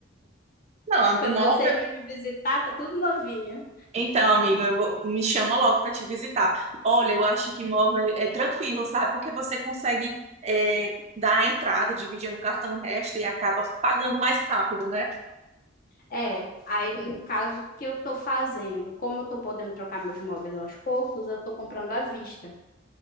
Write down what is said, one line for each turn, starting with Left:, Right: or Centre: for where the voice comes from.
Right: Não,
Left: <laughs>
Right: a
Left: Quando
Right: móvel
Left: você vir me visitar, tá tudo novinho.
Right: Então, amiga, eu vou- me chama logo para te visitar. Olha, eu acho que imóvel é, é tranquilo, sabe? Porque você consegue é, dar a entrada, dividir no cartão o resto e acaba pagando mais rápido, né?
Left: É, aí no caso o que eu tô fazendo, como eu tô podendo trocar meus móveis aos poucos, eu tô comprando à vista.